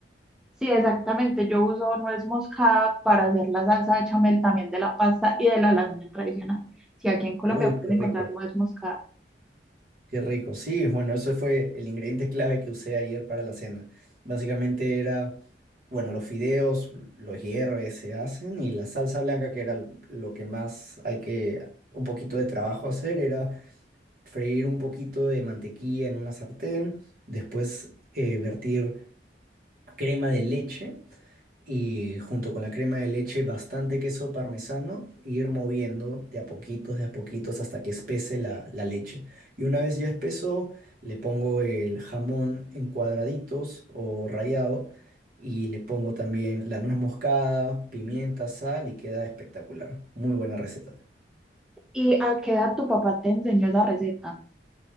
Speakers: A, in the centre; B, on the right.
A: Sí, exactamente. Yo uso nuez moscada para hacer la salsa de chamel también de la pasta y de la lasaña tradicional. Si aquí en Colombia
B: Uy,
A: pueden
B: qué Claro.
A: encontrar
B: rico.
A: nuez moscada.
B: Qué rico. Sí, bueno, eso fue el ingrediente clave que usé ayer para la cena. Básicamente era, bueno, los fideos, los hierves, se hacen y la salsa blanca, que era l- lo que más hay que, un poquito de trabajo hacer, era freír un poquito de mantequilla en una sartén, después eh, vertir crema de leche y junto con la crema de leche bastante queso parmesano e ir moviendo de a poquitos, de a poquitos hasta que espese la, la leche. Y una vez ya espeso, le pongo el jamón en cuadraditos o rallado y le pongo también la nuez moscada, pimienta, sal y queda espectacular. Muy buena receta.
A: ¿Y a qué edad tu papá te enseñó esa receta?